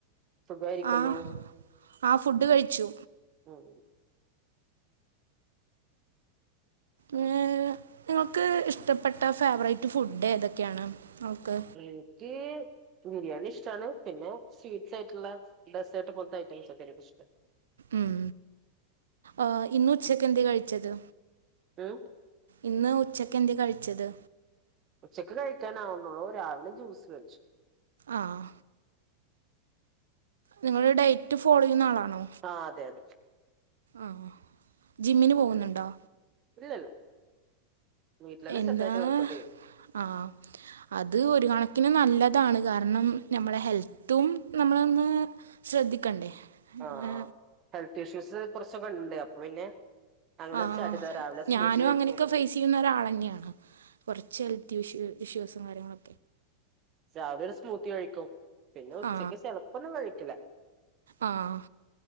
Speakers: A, on the right (about 30°); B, on the right (about 65°).
A: സുഖായിരിക്കുന്നു
B: ആഹ് ആഹ് ഫുഡ്ഡ് കഴിച്ചു
A: ഉം ഉം <unintelligible>
B: ഏ, നിങ്ങൾക്ക് ഇഷ്ടപ്പെട്ട ഫേവറേറ്റ് ഫുഡേതൊക്കേണ് അവക്ക്
A: ഇൻക്ക് ക്ക് ബിരിയാണി ഇഷ്ടാണ് പിന്നേ സ്വീറ്റ്സ് ആയിട്ട്ള്ളെ ഡെസേർട്ട് പോൽത്തെ ഐറ്റംസൊക്കെൻക്കിഷ്ട്ടാ
B: ഉം ആഹ് ഇന്ന് ഉച്ചക്ക് എന്തേ കഴിച്ചത്
A: ഉം
B: ഇന്ന് ഉച്ചക്ക് എന്തേ കഴിച്ചത്
A: ഉച്ചക്ക് കഴിക്കാനാവുന്നൊള്ളൂ രാവില ജൂസ് കഴിച്ചു
B: ആഹ് നിങ്ങള് ഡയ്റ്റ് ഫോള് എയ്യുന്ന ആളാണോ?
A: ആഹ് അതെ അതെ
B: ആഹ് ജിമ്മിന് പോഉന്നുണ്ടോ?
A: ഉം. ഇല്ലല്ല വീട്ടിലന്നെ
B: എന്താ
A: ചെറുതായിട്ട് വർക്കഔട്ട് ചെയ്യും
B: ആഹ് അത് ഒരു കണക്കിന് ന്നല്ലതാണ് കാരണം ന്നമ്മളെ ഹെൽത്തും ന്നമ്മളൊന്ന് ശ്രദ്ധിക്കണ്ടേ
A: ആഹ്
B: ഏ
A: ഹെൽത്ത് ഇഷ്യൂസ് കൊർച്ചൊക്കെ ഇണ്ട് അപ്പ പിന്നെ അങ്ങനെ
B: ആഹ്
A: സ്റ്റാർട്ട് ചെയ്തതാ രാവിലെ സ്മൂത്തി
B: ഞാനും
A: കഴിക്കും
B: അങ്ങനൊക്കെ ഫെയ്സ് ചെയ്യുന്ന ഒരാളെന്നേണ് കൊർച്ച് ഹൽത്തിഷ്യൂ ഇഷ്യൂസും കാര്യങ്ങളൊ
A: രാവിലെരു സ്മൂത്തി കഴിക്കും പിന്നെ ഉച്ചക്ക്
B: ആ
A: ചെലപ്പൊന്നും കഴിക്കില
B: ആഹ്